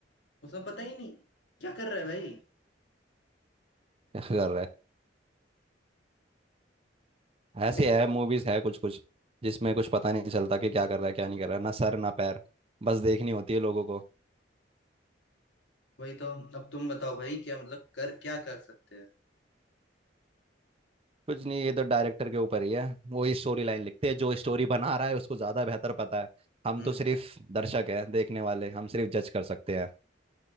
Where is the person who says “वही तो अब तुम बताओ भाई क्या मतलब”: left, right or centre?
Left